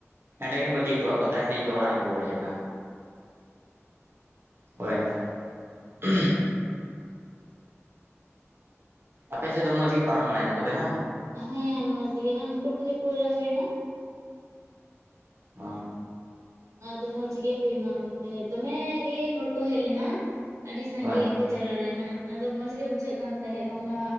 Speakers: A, on the right; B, on the right.
A: ᱮᱸᱰᱮ ᱜᱮᱢ ᱵᱟᱹᱜᱤ ᱦᱚᱴᱚᱣᱟᱜ ᱠᱚ ᱛᱟᱭᱚᱢᱛᱮ ᱤᱧ ᱫᱚ ᱚᱲᱟᱜ ᱤᱧ ᱨᱩᱣᱟᱹᱲ ᱦᱮᱜᱱᱟ᱾ ᱚᱭ <unintelligible> ᱟᱯᱮ ᱥᱮᱫ ᱫᱚ ᱢᱚᱡᱽ ᱜᱮ ᱯᱟᱨᱚᱢ ᱵᱟᱲᱟᱭᱱᱟ ᱛᱚᱵᱮ ᱦᱟᱝ?
B: ᱦᱮᱸ ᱢᱚᱸᱡᱽ ᱜᱮ ᱱᱤᱛᱚᱜ ᱜᱮ ᱞᱮ ᱱᱤᱛᱚᱜ <unintelligible> ᱦᱩᱭᱱᱟ ᱾
A: ᱚ
B: ᱟᱫᱚ ᱢᱚᱸᱡᱽ ᱜᱮ ᱦᱩᱭᱱᱟ ᱫᱚᱢᱮᱻᱻ ᱜᱮ ᱦᱚᱲ ᱠᱚ ᱦᱮᱡ ᱞᱮᱱᱟ ᱟᱹᱰᱤ ᱥᱟᱸᱜᱮ
A: ᱦᱳᱭ
B: ᱾ ᱠᱚ ᱡᱟᱣᱨᱟ ᱞᱮᱱᱟ ᱟᱫᱚ ᱢᱚᱡᱽ ᱜᱮ ᱵᱩᱡᱷᱟᱹᱜ ᱠᱟᱱ ᱛᱟᱦᱮᱸᱫ ᱵᱟᱝᱢᱟ